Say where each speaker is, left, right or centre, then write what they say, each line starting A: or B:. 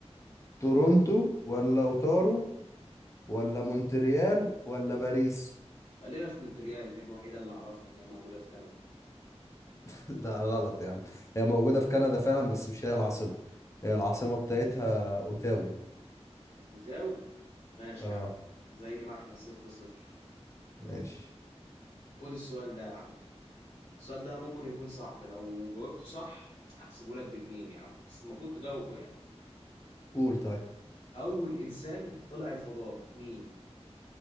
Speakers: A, on the left; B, on the left.
A: تورونتو ولا اوتارو ولا مونتريال ولا باريس
B: خلينا في مونتريال دي الوحيدة اللي أعرفها إن هي موجودة في كندا
A: <laughs> لا غلط يا عم هي موجودة في كندا فعلا بس مش هي العاصمة هي العاصمة بتاعتها اوتاوا
B: وتاو ماشي
A: اه
B: يا عم زي ما احنا صفر صفر
A: ماشي
B: خد السؤال ده يا عم السؤال ده ممكن يكون صعب لو جاوبته صح هحسبه لك بجنين يا عم بس المفروض تجاوبه يعني
A: قول طيب
B: أول إنسان طلع الفضاء مين؟